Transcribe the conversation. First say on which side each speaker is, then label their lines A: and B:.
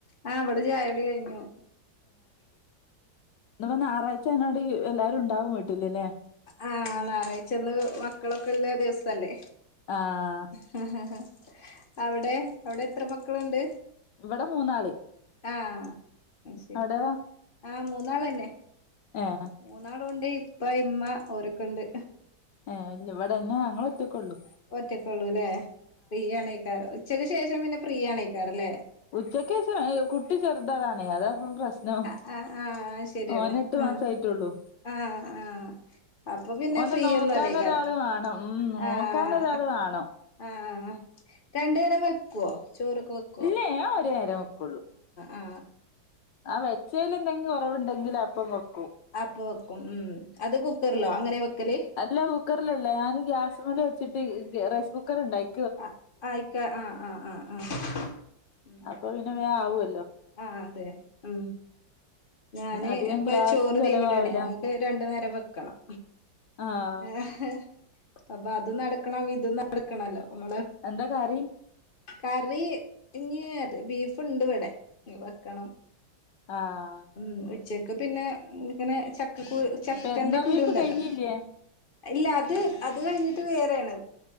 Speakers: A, on the left (about 35°); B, on the left (about 70°).
A: ആഹ് വിടെ ചായുടി കഴിഞ്ഞു
B: ഇന്ന് പ്പോ ഞായറാഴ്ച അയ്നോട് എല്ലാരും ഉണ്ടാവും വീട്ടിലില്ലേ
A: ആഹ് ഞായറാഴ്ചന്ന് മക്കളൊക്കെള്ള ദിവസല്ലേ
B: ആഹ്
A: ഹ് ഹ് ഹ് അവിടെ അവിടെ എത്ര മക്കളുണ്ട്?
B: ഇവിടെ മൂന്നാള്
A: ആഹ് അത് ശരി
B: അവിടെയോ?
A: ആഹ് മൂന്നാൾ തന്നെ.
B: ഏഹ്..
A: മൂന്നാളുണ്ട് ഇപ്പ ഇമ്മ ഓരൊക്കെ ഉണ്ട്
B: ഏഹ് വ്ടെ ന്നെ ഞങ്ങൾ ഒറ്റക്കെ ഉള്ളു
A: ഒറ്റക്കുള്ളൂ ല്ലേ ഫ്രീ ആണെക്കാരം ഉച്ചക്ക് ശേഷം പിന്നെ ഫ്രീ ആണെയ്ക്കാരം ല്ലേ
B: ഉച്ചക്ക് ശേഷം കുട്ടി ചെറുതാണ് അതാ പ്പോ പ്രശ്നം
A: ആ ആ ആ അത് ശരിയാണ്
B: മോൻ എട്ട്
A: ആ
B: മാസയിട്ടുള്ളൂ
A: ആ ആ അപ്പൊ പിന്നെ
B: ഓനെ
A: ഫ്രീ
B: നോക്കാനൊരാള്
A: ഒന്നും അല്ലേക്കാരം
B: വാണം ഉം നോക്കാനൊരാള്
A: ആഹ്..
B: വാണം
A: ആഹ് ആഹ് രണ്ടുനേരം വെക്കുവോ ചോറൊക്കെ വെക്ക
B: ഇല്ലേ ഞാൻ ഒരു നേരം വെക്കുള്ളൂ
A: ആ
B: ആ വെച്ചേൽ എന്തെങ്കിലും കുറവുണ്ടെങ്കിൽ അപ്പം വെക്കും
A: ആപ്പ വെക്കും ഉം അത് കുക്കറിലോ അങ്ങനെ വെക്കല്
B: ഇല്ല കുക്കറിലല്ല ഞാൻ ഗ്യാസ് മ്മൽ വെച്ചിട്ട് റൈസ് കുക്കർ ഉണ്ടായിൽ
A: ആ ആയിക്കാ ആഹ് ആഹ് ആഹ് ആഹ് ഉം..
B: അപ്പൊ പിന്നെ വേം ആവല്ലോ
A: ആഹ് അതെ ഉം... ഞാന്
B: അധികം
A: ഇപ്പ
B: ഗ്യാസും
A: ചോറ്
B: ചെലവാവൂല
A: തീമടാണ് ഞങ്ങക്ക് രണ്ടു നേരം വെക്കണം
B: ആഹ്
A: ഏഹ് ഹ് അപ്പൊ അത് നടക്കണം ഇതും നടക്കണല്ലോ നമ്മള്
B: എന്താ കറി
A: കറി ഞ്ഞ് ബീഫ്ണ്ട് ഇവിടെ വെക്കണം
B: ആഹ്..
A: ഉം ഉച്ചക്ക് പിന്നെ ഇങ്ങനെ ചക്കക്ക ചക്കന്റെ
B: പെരുന്നാൾ
A: കുരു
B: ബീഫ്
A: ഉണ്ടല്ലോ
B: കഴിഞ്ഞില്ലേ
A: ഇല്ല അത് അത് കഴിഞ്ഞിട്ട് വേറെയാണ്